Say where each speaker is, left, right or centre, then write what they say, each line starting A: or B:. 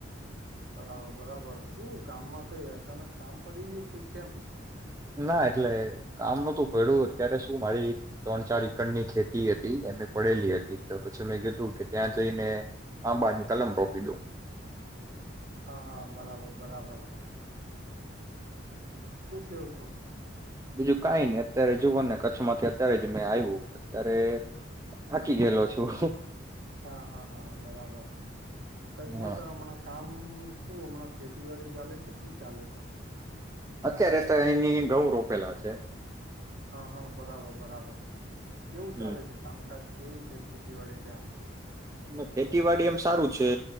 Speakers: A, on the right (about 55°); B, on the right (about 15°).
A: બરાબર બરાબર શું ગામમાં કઈ અચાનક કામ પડી ગયું કે કેમ
B: ના એટલે કામ નોતું પડ્યું અત્યારે શું મારી ત્રણ ચાર એકર ની ખેતી હતી એમે પડેલી હતી તો પછી મેં કીધું કે ત્યાં જઈને આંબાની કલમ રોપી દઉ.
A: હા-હા બરાબર-બરાબર. કેવ છો?
B: બીજું કાઈ નઈ અત્યારે જોવોને કચ્છમાંથી અત્યારે જ મેં આયું. અરે થાકી ગયેલો છું.
A: હા હા હા બરાબર
B: હા
A: કચ્છમાં તો હમણા કામ આ શું હમણાં ખેતીવાડી ચાલે કે શું ચાલે છે.
B: અત્યારે તો એની ઘઉં રોપેલા છે.
A: હા હા બરાબર બરાબર. કેવું
B: હમ
A: ચાલે છે કામકાજ? કેવી છે ખેતીવાડી ત્યાં?
B: એમ ખેતીવાડી એમ સારું છે,